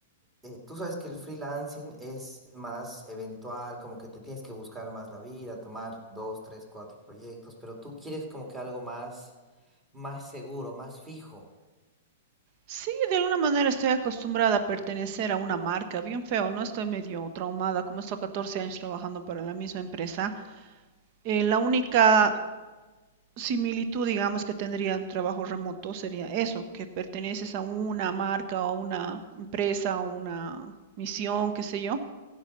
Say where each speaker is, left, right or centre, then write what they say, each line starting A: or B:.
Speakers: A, on the right; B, on the right.
A: eh, tú sabes que el freelancing es más eventual, como que te tienes que buscar más la vida, tomar dos, tres, cuatro proyectos, pero tú quieres como que algo más, más seguro, más fijo.
B: Sí, de alguna manera estoy acostumbrada a pertenecer a una marca, bien feo, ¿no? Estoy medio traumada, como he estado 14 años trabajando para la misma empresa. eh, la única similitud, digamos, que tendría un trabajo remoto sería eso, que perteneces a una marca o una empresa o una misión, qué sé yo,